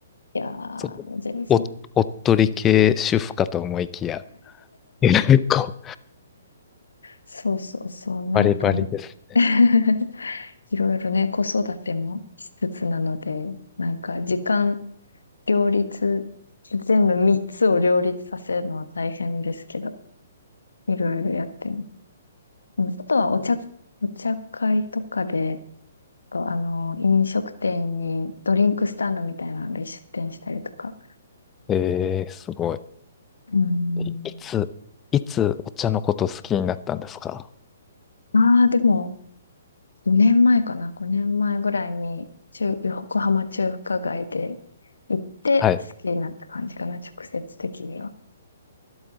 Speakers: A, on the left; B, on the left.
A: いや
B: そ、
A: ー、全然。
B: お、おっとり系主婦かと思いきや、え結構、
A: そうそうそう、なんか
B: バリバリです。
A: <laughs> いろいろね、子育てもしつつなので、なんか時間両立、全部3つを両立させるのは大変ですけど、いろいろやってます。うん、あとはお茶、お茶会とかで、とあの、飲食店にドリンクスタンドみたいなので出店したりとか。
B: えー、すごい。
A: うん。
B: いいつ、いつお茶のこと好きになったんですか
A: ああ、でも、5年前かな、5年前ぐらいに、中、横浜中華街で行って好きになった感じかな、
B: はい。
A: 直接的には。